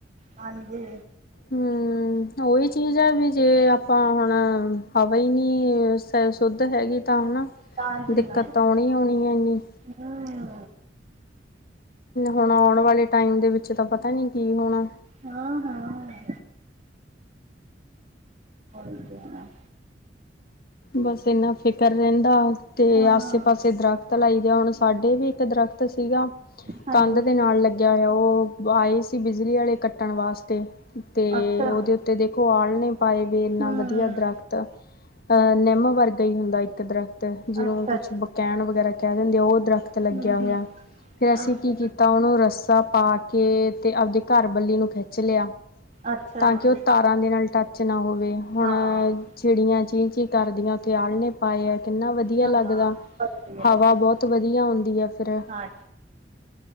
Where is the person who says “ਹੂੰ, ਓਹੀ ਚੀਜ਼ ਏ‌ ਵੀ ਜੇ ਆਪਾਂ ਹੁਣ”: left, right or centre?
Left